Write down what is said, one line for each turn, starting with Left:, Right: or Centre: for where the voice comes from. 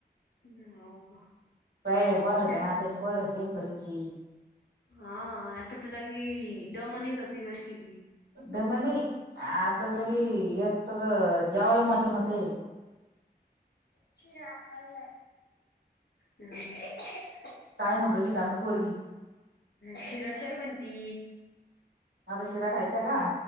Left: ना हो का
Right: पहिल्या पोराच
Left: च
Right: ना आताच बरायच लय फरक की,
Left: हा आता त्याला दम निघत नाही तर शी ''--''
Right: दमणे आता लगी एकत जेवाला मते मते.
Left: शकालं <inaudible>
Right: काय म्हण रहि ल कानु पोरगी.
Left: शिरा कर म्हनती.
Right: आता शिरा खायचाय का